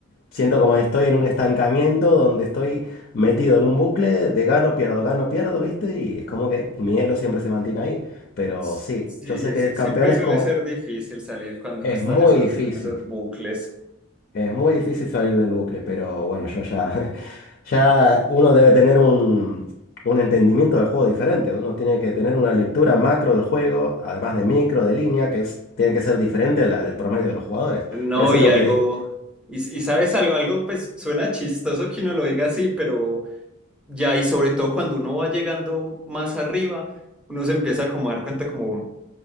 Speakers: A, on the left; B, in the centre.
A: siento como estoy en un estancamiento donde estoy metido en un bucle de gano, pierdo, gano, pierdo, ¿viste? Y es como que mi elo siempre se mantiene ahí. Pero
B: S-
A: sí,
B: Sí,
A: yo sé
B: es-
A: que campeones
B: siempre suele
A: como
B: ser difícil salir cuando
A: Es
B: uno está
A: muy
B: en esos,
A: difícil,
B: en esos bucles.
A: es muy difícil salir del bucle, pero bueno, ya, ya, <laughs> ya uno debe tener un, un entendimiento del juego diferente, uno tiene que tener una lectura macro del juego, además de micro, de línea, que es, tiene que ser diferente al, al promedio de los jugadores.
B: No,
A: Eso
B: y
A: es lo
B: algo,
A: que di.
B: y, y sabes algo, algo pues suena chistoso que uno lo diga así, pero ya, y sobre todo cuando uno va llegando más arriba, uno se empieza como a dar cuenta como...